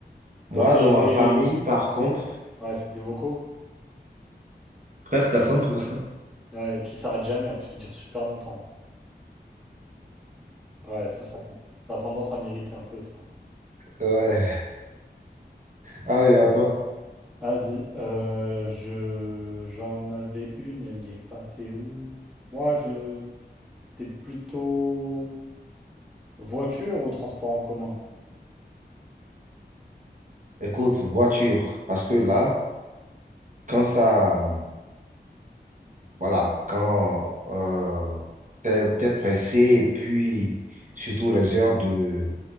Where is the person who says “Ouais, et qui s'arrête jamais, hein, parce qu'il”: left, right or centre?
Centre